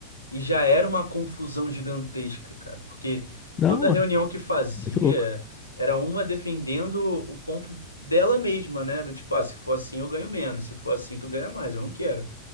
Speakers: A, on the left (about 85°); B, on the left (about 25°).
A: E já era uma confusão gigantesca, cara, porque
B: não,
A: toda
B: mano,
A: reunião que fazia
B: muito louco.
A: era uma defendendo o ponto dela mesma, né? Do tipo, ah, se for assim eu ganho menos, se for assim tu ganha mais, eu não quero.